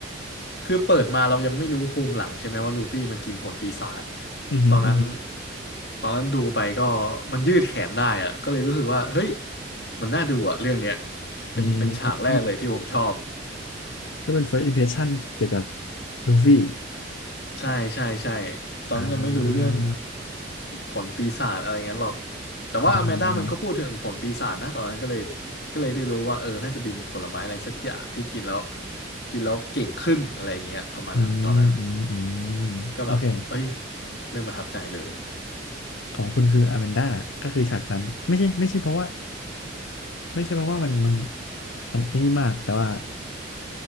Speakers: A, on the left; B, on the left.
A: คือเปิดมาเรายังไม่รู้ภูมิหลังใช่ไหมว่าลูฟี่มันกินผลปีศาจ
B: อือฮึอือฮึ
A: ตอนนั้นตอนนั้นดูไปก็มันยืดแขนได้อะก็เลยรู้สึกว่าเฮ้ยมันน่าดูอ่ะเรื่องเนี้ยเป็นเป็นฉากแรกเลยที่ผมชอบ
B: อืมก็เป็น first impression เกี่ยวกับลูฟี่
A: ใช่ใช่ใช่ตอนนั้นยังไม่รู้เรื่อง
B: อ่า
A: ผลปีศาจอะไรงั้นหรอกแต่ว่าอแมนด้ามันก็พูดถึงผลปีศาจนะตอนนั้นก็เลย
B: อ่าฮะอ่าฮะ
A: ก็เลยได้รู้ว่าเออน่าจะเป็นผลไม้อะไรสักอย่างที่กินแล้วกินแล้วเก่งขึ้นอะไรอย่างเงี้ยประมาณนั้นตอนนั้น
B: อืมอืมอืม
A: ก็แบบเอ้ย
B: โอเค
A: เริ่มประทับใจเลย
B: ของคุณคืออ m มนดาก็คือฉากนั้นไม่ใช่ไม่ใช่เพราะว่าไม่ใช่เพราะว่ามันมันมันไอ้นี่มากแต่ว่า